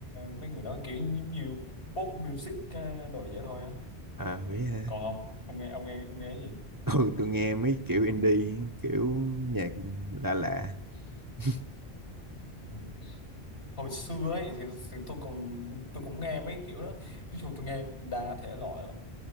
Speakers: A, on the left (about 75°); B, on the right (about 20°).
A: mấy người đó kiểu như pop music ờ, đồ vậy thôi á.
B: À, vậy hả?
A: Còn ông, ông nghe ông nghe ông nghe cái gì?
B: Ừ, tôi nghe mấy kiểu indie, kiểu nhạc lạ lạ. <laughs>
A: Ừ. hồi xưa ấy thì, thì tôi cũng tôi cũng nghe mấy kiểu đó ví dụ tôi nghe đa thể loại lắm